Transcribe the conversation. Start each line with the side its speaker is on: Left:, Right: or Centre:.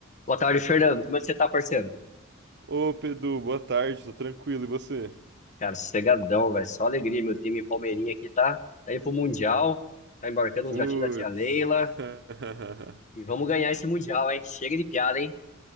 Left: Boa tarde, Fernando. Como é que você tá, parceiro?
Right: Ô Pedro, boa tarde, tô tranquilo, e você?
Left: Cara, sossegadão, velho. Só alegria. Meu time Palmeirinha aqui tá, tá indo pro Mundial, tá embarcando
Right: Putz.
Left: no jatinho da tia Leila.
Right: <laughs>
Left: E vamos ganhar esse Mundial, hein? Chega de piada, hein?